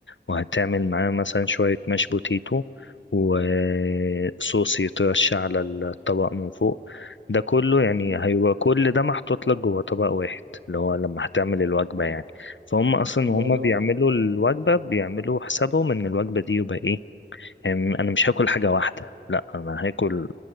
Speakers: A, on the left; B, on the right.
A: وهتعمل معاها مثلا شوية ماش بوتيتو وصوص يترش على الطبق من فوق ده كله يعني
B: بالظبط.
A: هيبقى كل ده محطوط لك جوه طبق واحد اللي هو لما هتعمل الوجبة
B: آه.
A: يعني فهم أصلا
B: اللي
A: وهم
B: هو الوجبه
A: بيعملوا الوجبة بيعملوا حسابهم إن الوجبة دي يبقى إيه يعني أنا مش هاكل حاجة واحدة لأ أنا هاكل